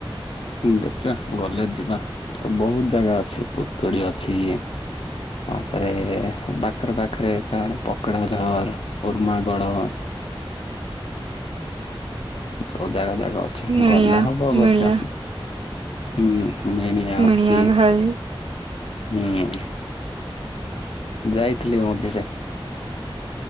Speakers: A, on the left (about 80°); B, on the right (about 75°).
A: ଦେଖିବା ଗଲେ ଯିବା ଇଠେ ତ ବହୁତ ଜାଗା ଅଛି ପୁତୁଡି ଅଛି। ତାପରେ ବାଖରେ ବାଖରେ ଏକା ପକଡ଼ାଝର ଉର୍ମାଗଡ। ସବୁ ଜାଗା ଜାଗ ଅଛି
B: ମିଣିଆ
A: ଗଲେ ହବ ଏବର୍ଷ।
B: ମିଣିଆ
A: ହୁଁ ମେଣିଆ
B: ମିଣିଆ
A: ଅଛି,
B: ଘାଇ
A: ହୁଁ। ଯାଇଥିଲି ମଝିରେ।